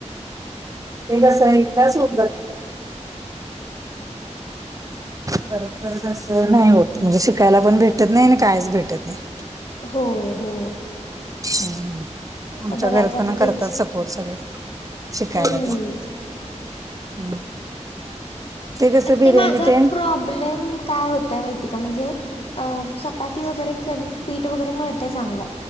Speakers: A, on the right; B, on the left.
A: ते कसं एकदाच होऊन जातात सगळं परत परत असं नाही होत म्हणजे शिकायला पण भेटत नाही आणि कायच भेटत नाही
B: हो हो..
A: हम्म..
B: आता
A: आमच्या
B: बघायचं
A: घरात
B: आता
A: पण करतात
B: तेच
A: सपोर्ट सगळे शिकायला
B: हम्म,
A: ते हम्म.. कसं
B: आता
A: बिर्याणी
B: ते माझा
A: तेन
B: प्रॉब्लेम काय होतोय माहिती का म्हणजे? चपाती वगैरे कणिक आणि पीठ वगैरे मिळतं चांगलं